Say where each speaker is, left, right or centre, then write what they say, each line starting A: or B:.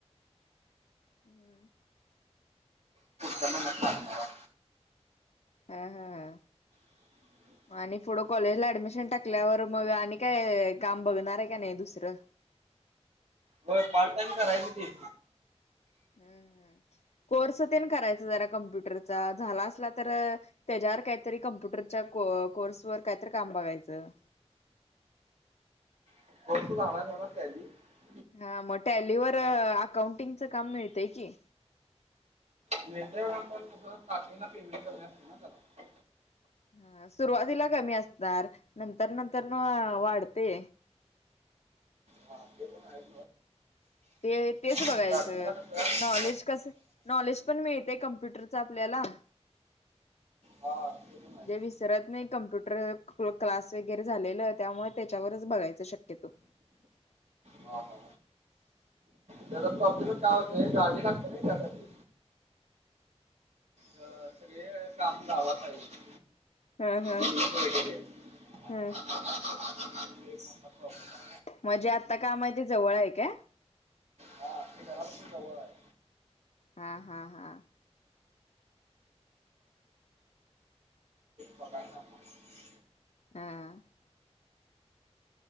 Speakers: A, on the left; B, on the right.
A: हम्.
B: जमना काढणारा.
A: हा, हा, हा.
B: <inaudible>
A: आणि पुढं कॉलेजला ऍडमिशन टाकल्यावर मग आणि काय काम बघणार आहे का नाही दुसरं?
B: बर, पार्ट टाइम करायची कि.
A: हम्म, हम कोर्स तेन करायच जरा कम्प्युटरचा झाला असला तर त्याच्यावर काहीतरी कम्प्युटरच्या कोर्सवर काहीतरी काम बघायचं.
B: <inaudible>
A: हा मग टॅलीवर अकाउंटिंगचं काम मिळतय की
B: मिळतय व पण कस स्टार्टिंगला पेमेंट कमी असतय ना त्याला
A: हा सुरुवातीला कमी असणार नंतर नंतर न वाढते
B: हां ते पण आहे <inaudible>
A: ते तेच
B: स्टार्टिंगला
A: बघायचं
B: कसं
A: नॉलेज कस नॉलेज पण मिळतय क कॉम्प्युटरचा आपल्याला
B: हा ते पण आहे.
A: जे विसरत नाही कम्प्युटर क्लास वगैरे झालेला त्यामुळे त्याच्यावरच बघायच शक्यतो
B: हा हा त्याचा प्रॉब्लेम काय होतोय ते गाडी लागत्या ना त्यासाठी अ सगळे व काम गावात आहेत
A: हा हा
B: ट्रेनचे खरं मोठा
A: हा
B: प्रॉब्लेम आहे <inaudible>
A: म्हणजे आत्ता काम आहे ते जवळ आहे काय
B: हा ते घरापासून जवळ आहे
A: हा हा हा
B: पगार चांगलय
A: हा